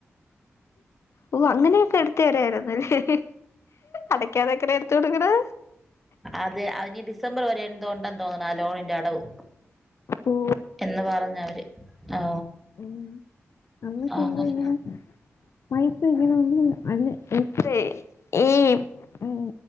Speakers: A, on the left (about 65°); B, in the centre.
A: ഓ അങ്ങനെയൊക്കെ എട്ത്തെരായിര്ന്നു ലെ അടയ്ക്കാതെങ്ങനെ എട്ത്തൊട്ക്ക്ണ്.
B: അതെ അതിനി ഡിസംബർ വരെ എന്തോണ്ടെന്ന് തോന്ന്ണാ ലോണിന്റെ അടവ്
A: ഓ
B: എന്ന് പറഞ്ഞവര് ഓ
A: ഉം അമ്മയ്ക്ക്
B: അങ്ങനെ
A: എന്തോ ഇങ്ങനെ പൈസങ്ങന ഒന്നും അന്ന് എത്രെ ഈ ഉം